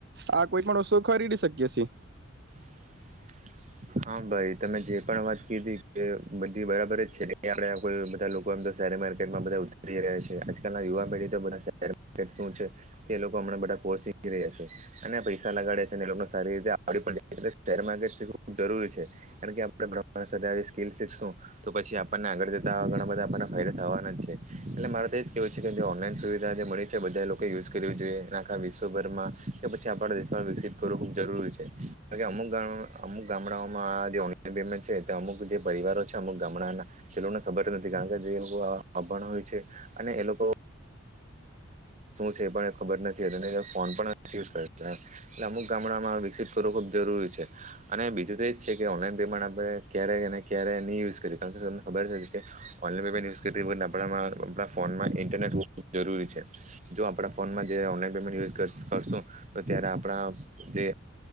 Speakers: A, on the right (about 55°); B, on the right (about 35°).
A: આ કોઈ પણ વસ્તુ ખરીદી શકીએ છીએ
B: <inaudible> હા ભાઈ તમે જે પણ વાત કીધી કે બધી બરાબર છે આપડે બધા લોકો એમ શેર માર્કેટમાં બધા ઉતરી રહ છે આજકાલ ના યુવા પેઢી તો બધા શરટ શું છે તે લોકો હમણા બધા કોસીક રયા છે અને પૈસા લગાડે છે અને એ સારી રીતે આવ પડે માર્ટ જરૂરી છે કારણ આપણે બ સ્કીલ શીખશું તો પછી આપણને આગળ જતા ઘણા બધા થવાના છે એ મારે તોજ કેવું છે કે ઓનલાઈન સુવિધા મળી છે બધા લોકો યુઝ કરવી જોઈએ આખા વિશ્વભરમાં કે પછી આપણા દેશમાં વિકસિત કરવું ખૂબ જરૂરી છે કાર અમુક ગ અમુક ગામડાઓમાં જે ઓનલાઈન પેમેન્ટ છે અમુક જે પરિવારો છે અમુક ગામડાના છેલોને ખબર નથી કાર અભણ હોય છે અને એ લોકો શ છેબર ફોન પણ નથી એટલે અમુક ગામડામાં વિકસિત કરવો ખુબ જરૂરી છે અને બીજું તો એજ છે કે ઓનલાઈન પેમેન્ટ આપડણે ક્યારેય અને ક્યારે નહી યુઝ કરી કારણ કે તમને ખબર છે કે ઓનલાઇન પેમેન્ટ યુશ આપડા મા ફોનમાં ઇન્ટરનેટ હો જરૂરી છે જો આપણા ફોન આમા જે ઓનલાઇન પેમેન્ટત યુશ કરશુ તો ત્યાં આપડા જે